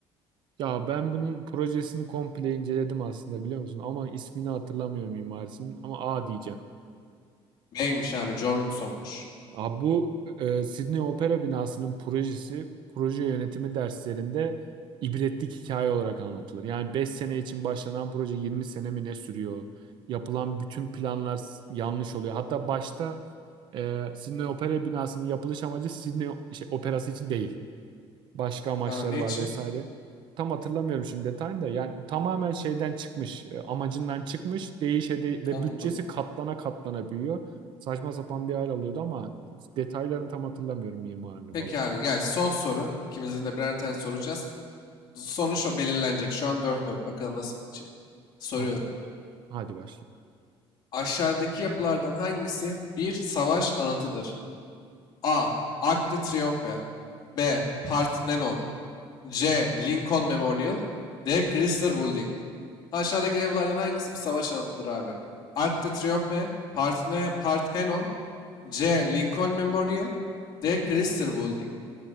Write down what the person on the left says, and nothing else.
B'ymiş abi John Utzon'muş.
Ha, ne
için?
Anladım.
Peki
abi gel son soru. İkimizin de birer tane soracağız. Sonuç o belirlenecek. Şu an 4-4. Bakalım nasıl bitecek. Soruyorum.
Aşağıdaki yapılardan hangisi bir savaş anıtıdır? A. Arc de Triomphe B. Parthenon C. Lincoln Memorial. D. Chrysler Building. Aşağıdaki evlerden hangisi bir savaş anıtıdır abi? Arc de Triomphe, Parthenon, C. Lincoln Memorial, D. Chrysler Building.